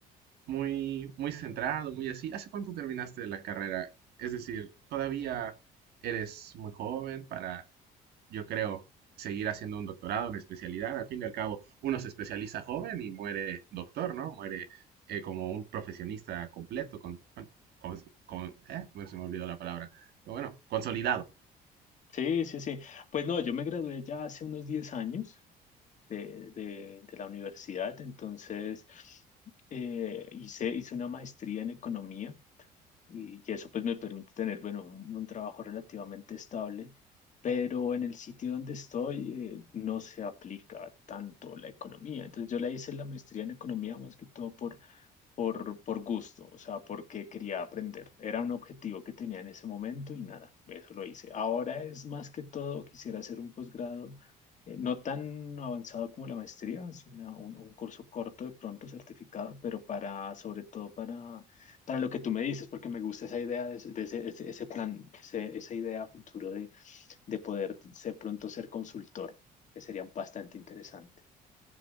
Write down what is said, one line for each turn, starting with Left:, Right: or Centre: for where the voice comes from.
Right: muy, muy centrado, muy así. ¿Hace cuánto terminaste la carrera? Es decir, todavía eres muy joven para, yo creo, seguir haciendo un doctorado, una especialidad. Al fin y al cabo, uno se especializa joven y muere doctor, ¿no? Muere eh, como un profesionista completo, con, bueno, con, con- eh, bueno, se me olvidó la palabra. Pero Bueno, consolidado.
Left: Sí, sí, sí. Pues no, yo me gradué ya hace unos diez años. de, de- de la universidad. Entonces, eh, hice, hice una maestría en economía y, y eso pues me permite tener, bueno, un, un trabajo relativamente estable, pero en el sitio donde estoy eh, no se aplica tanto la economía. Entonces, yo la hice la maestría en economía más que todo por por, por gusto, o sea, porque quería aprender. Era un objetivo que tenía en ese momento y nada, eso lo hice. Ahora es más que todo, quisiera hacer un posgrado, eh, no tan avanzado como la maestría, sino un, un curso corto de pronto certificado, pero para, sobre todo para, para lo que tú me dices, porque me gusta esa idea, de, ese, de ese- ese- ese plan, ese- esa idea a futuro de, de poder ser pronto ser consultor, que sería bastante interesante.